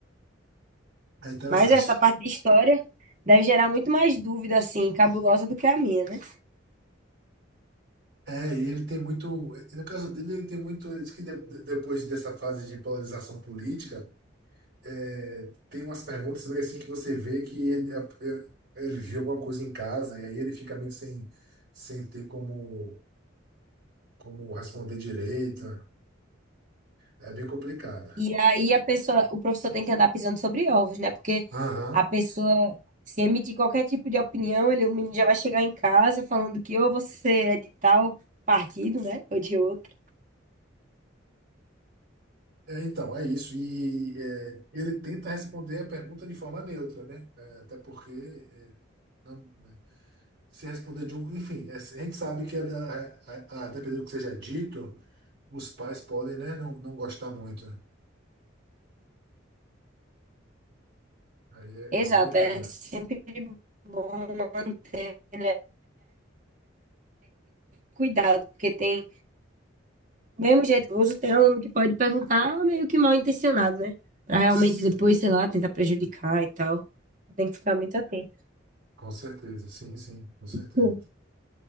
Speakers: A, on the right (about 55°); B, on the right (about 40°).
A: É interessante.
B: Mas essa parte de história deve gerar muito mais dúvida, assim, cabulosa do que a minha, né?
A: É, e ele tem muito. No caso dele, ele tem muito. Ele diz que de- depois dessa fase de polarização política, é, tem umas perguntas meio assim que você vê que ele, ele viu alguma coisa em casa, e aí ele fica meio que sem, sem ter como, como responder direito. É bem complicado.
B: E aí a pessoa, o professor tem que andar pisando sobre ovos, né? Porque
A: Aham.
B: a pessoa, se emitir qualquer tipo de opinião, ele, o menino já vai chegar em casa falando que ou você é de tal partido, né? Ou de outro.
A: É, então, é isso. E é, ele tenta responder a pergunta de forma neutra, né? É, até porque é, não- né? se responder de um. Enfim, é, a gente sabe que, a, da- a- a- dependendo do que seja dito, os pais podem, né, não, não gostar muito. Aí é,
B: Exato,
A: é complicado.
B: é sempre bom manter, né? cuidado, porque tem, do mesmo jeito que eu uso, tem aluno que pode perguntar meio que mal intencionado, né? Pra realmente
A: Sim,
B: depois, sei lá, tentar prejudicar e tal. Tem que ficar muito atento.
A: com certeza, sim, sim, com certeza.
B: Sim.